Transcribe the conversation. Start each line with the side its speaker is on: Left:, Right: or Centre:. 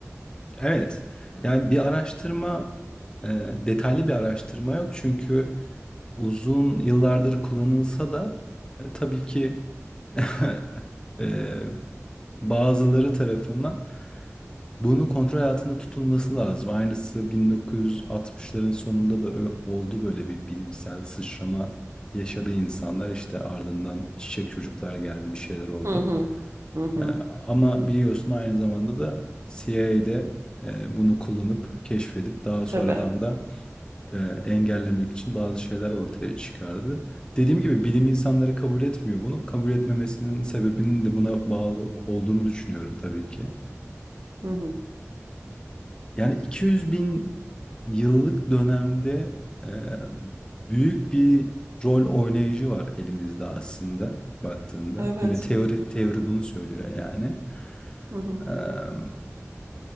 Left: Evet. Yani bir araştırma, e, detaylı bir araştırma yok. Çünkü uzun yıllardır kullanılsa da e, tabii ki <laughs> e, bazıları tarafından bunun kontrol altında tutulması lazım. Aynısı 1960'ların sonunda da ö- oldu böyle bir bilimsel sıçrama yaşadı insanlar. İşte ardından çiçek çocuklar geldi, bir şeyler oldu.
Right: Hı hı. Hı hı.
Left: Ee, Ama biliyorsun aynı zamanda da CIA'de bunu kullanıp keşfedip daha sonradan
Right: Tabii.
Left: da e, engellemek için bazı şeyler ortaya çıkardı. Dediğim gibi bilim insanları kabul etmiyor bunu. Kabul etmemesinin sebebinin de buna bağlı olduğunu düşünüyorum tabii ki.
Right: Hı hı.
Left: Yani 200 bin yıllık dönemde e, büyük bir rol oynayıcı var elimizde aslında baktığında.
Right: Evet.
Left: Yine teori teori bunu söylüyor yani.
Right: Hı hı.
Left: Eee,